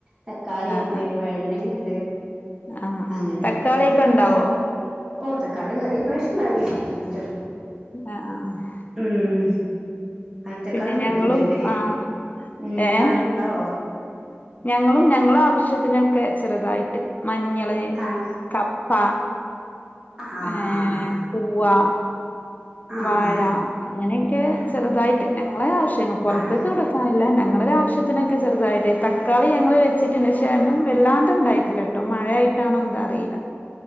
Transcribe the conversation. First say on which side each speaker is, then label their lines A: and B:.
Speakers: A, on the right; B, on the left.
A: തക്കാളിയുണ്ട്
B: ആഹ് ആഹ്
A: വഴുതനങ്ങ ഉണ്ട്
B: ആഹ് ആഹ്
A: അങ്ങനെ
B: തക്കാളിയൊക്കെ
A: കുറച്ചിച്ച കുറച്ച്
B: ഉണ്ടാവോ
A: ഓ തക്കാളി ഇപ്രാവശ്യം മഴ കിട്ടീട്ടുണ്ട്
B: ആഹ് ആ ആ
A: ഉം ആയിത്തെക്കാളും
B: പിന്നെ ഞങ്ങളും
A: കെട്ടിട്ടിണ്ട്
B: ആഹ്
A: ഉം
B: ഏഹ്
A: അവിടെണ്ടോ
B: ഞങ്ങളും ഞങ്ങള ആവശ്യത്തിനൊക്കെ ചെറുതായിട്ട് മഞ്ഞള്
A: ആണോ
B: കപ്പ
A: ആ
B: ഏർ
A: ആ ആ
B: പൂവാ
A: ആ
B: വാഴ
A: ആ
B: അങ്ങനെയൊക്കെ ചെറുതായിട്ട് ഞങ്ങളെ ആവശ്യ പുറത്തേക്ക്
A: ആണ
B: കൊടുക്കാനില്ല ഞങ്ങ ഞങ്ങളുടെ ആവശ്യത്തിനൊക്കെ ചെറുതായിട്ട് തക്കാളി ഞങ്ങള് വെച്ചിട്ടുണ്ട്ക്ഷേ അും വല്ലാണ്ട്ണ്ടായിട്ടില്ല കേട്ടോ മഴയായിട്ട് ട്ടാണോന്താ അറിയില്ല